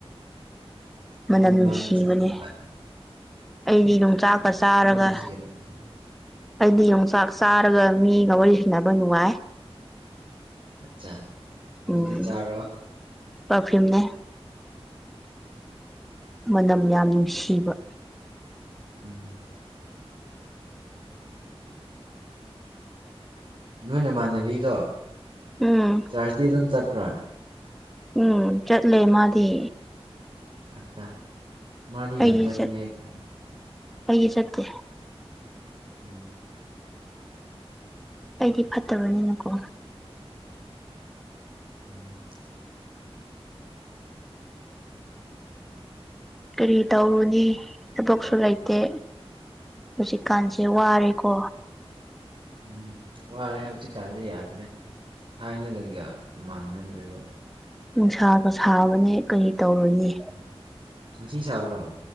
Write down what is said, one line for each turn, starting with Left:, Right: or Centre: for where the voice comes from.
Centre: ꯃꯅꯝ
Right: ꯃꯤ
Centre: ꯅꯨꯡꯁꯤꯕꯅꯦ
Right: ꯃꯥꯅ ꯆꯠꯄꯅ‌ꯦ ꯃꯥꯗꯤ
Centre: ꯑꯩꯗꯤ ꯌꯣꯡꯆꯥꯛꯀ ꯆꯥꯔꯒ
Right: ꯅꯨꯡꯁꯤꯔꯝꯒꯅꯤ
Centre: ꯑꯩꯗꯤ ꯌꯣꯡꯆꯥꯛ ꯆꯥꯔꯒ ꯃꯤꯒ ꯋꯥꯔꯤ ꯁꯥꯟꯅꯕ ꯅꯨꯡꯉꯥꯏ
Right: ꯑꯠꯆꯥ ꯑꯗꯨꯗꯤ
Centre: ꯎꯝ
Right: ꯆꯥꯔꯣ
Centre: ꯄꯥꯔꯐ꯭ꯌꯨꯝꯅꯦ ꯃꯅꯝ ꯌꯥꯝ ꯅꯨꯡꯁꯤꯕ
Right: ꯎꯝ ꯅꯣꯏ ꯅꯃꯥꯟꯅꯕꯤꯗꯣ
Centre: ꯍꯨꯝ
Right: ꯆꯔꯖꯇꯤ ꯑꯗꯨꯝ ꯆꯠꯄ꯭ꯔꯥ
Centre: ꯎꯝ ꯆꯠꯂꯦ ꯃꯥꯗꯤ
Right: ꯑꯠꯆꯥ ꯃꯥꯗꯤ
Centre: ꯑꯩꯗꯤ
Right: ꯌꯥꯝ ꯆꯠꯀꯅꯤ
Centre: ꯆꯠ
Right: ꯑꯩ ꯈꯪꯉꯦ
Centre: ꯑꯩꯗꯤ ꯆꯠꯇꯦ
Right: ꯎꯝ
Centre: ꯑꯩꯗꯤ ꯐꯠꯇꯕꯅꯤꯅꯀꯣ
Right: ꯎꯝ
Centre: ꯀꯔꯤ ꯇꯧꯔꯨꯅꯤ ꯊꯕꯛꯁꯨ ꯂꯩꯇꯦ ꯍꯨꯖꯤꯛꯀꯥꯟꯁꯦ ꯋꯥꯔꯦꯀꯣ
Right: ꯎꯝ ꯋꯥꯔꯦ ꯍꯧꯖꯤꯛꯀꯥꯟꯁꯦ ꯌꯥꯗ꯭ꯔꯦ ꯊꯥꯏꯅ ꯉꯩꯒ ꯃꯥꯟꯅꯗ꯭ꯔꯦꯕ
Centre: ꯅꯨꯡꯁꯥꯒ ꯁꯥꯕꯅꯦ ꯀꯔꯤ ꯇꯧꯔꯨꯅꯤ
Right: ꯎꯝ ꯉꯁꯤ ꯁꯥꯕ꯭ꯔꯣ